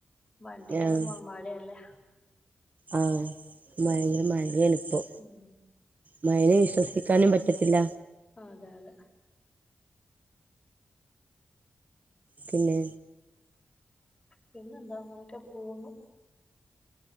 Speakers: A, on the left; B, on the right.
A: വണ്ടിക്കന്നെ
B: ആഹ്
A: പോണം മഴയല്ലേ
B: ആഹ്
A: ഉം
B: ഭയങ്കര മഴയാണ് ഇപ്പോ
A: ഉം
B: മയനെ വിശ്വസിക്കാനും പറ്റത്തില്ല
A: ആ അതെ അതെ
B: പിന്നെ
A: പിന്നെന്താ അങ്ങനെയൊക്കെ പോവുന്നു